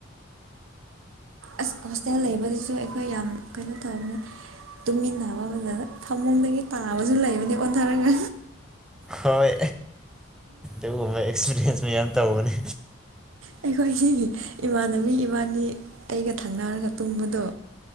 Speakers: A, on the right (about 75°); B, in the centre.
A: ꯑꯁ ꯍꯣꯁꯇꯦꯜ ꯂꯩꯕꯗꯨꯁꯨ ꯑꯩꯈꯣꯏ ꯌꯥꯝ ꯀꯩꯅꯣ ꯇꯧꯕꯅꯤ ꯇꯨꯃꯤꯟꯅꯕ ꯗ ꯐꯃꯨꯡꯗꯒꯤ ꯇꯥꯕꯁꯨ ꯂꯩꯕꯅꯤ ꯑꯣꯊꯔꯒ
B: ꯍꯣꯏ ꯑꯗꯨꯒꯨꯝꯕ ꯑꯦꯛꯁꯄꯤꯔꯤꯌꯦꯟꯁ ꯃꯌꯥꯝ ꯇꯧꯕꯅꯦ
A: ꯑꯩꯈꯣꯏꯒꯤ ꯏꯃꯥꯟꯅꯕꯤ ꯏꯕꯥꯅꯤ ꯑꯩꯒ ꯊꯪꯅꯔꯒ ꯇꯨꯝꯕꯗꯣ